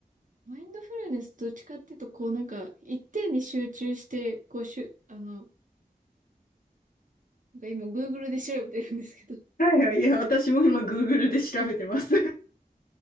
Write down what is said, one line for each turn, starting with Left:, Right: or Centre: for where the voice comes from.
Right: マインドフルネスどっちかっていうと、こうなんか、一点に集中して、こうしゅ、あの、なんか今 Google で調べてるんですけど、<laughs>
Left: はいはい。いや、私も今、Google で調べてます。